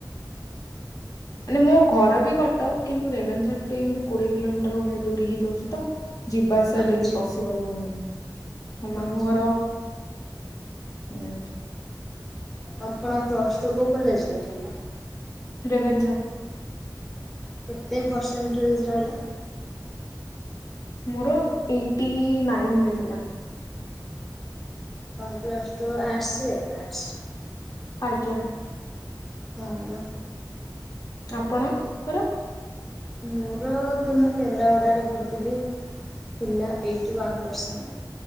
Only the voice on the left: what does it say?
ମାନେ ମୋ ଘରବି କଟକ କିନ୍ତୁ ରେଭେନ୍ସାଠୁ ଟିକିଏ ଏମିତି କୋଡିଏ କିଲୋମିଟର ଭଳିଆ ଦୂରି ହେଇଯାଉଛିତ। ଯିବା ଆସିବା
ଡେଲି ପସିବୁଲ ହଉନି ଓ ମାମୁଁ
ଘର <unintelligible>
ରେଭେନ୍ସା।
ମୋର ଏଇଟି ନାଇନ ରହିିଥିଲା।
ଆଜ୍ଞା
ଆପଣଙ୍କର?